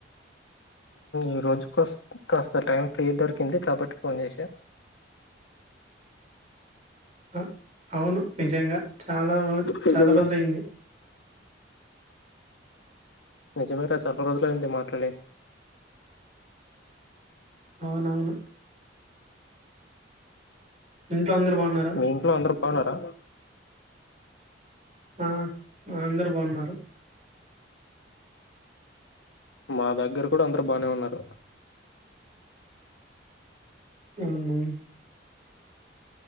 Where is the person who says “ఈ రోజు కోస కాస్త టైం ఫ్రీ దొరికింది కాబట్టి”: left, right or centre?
Left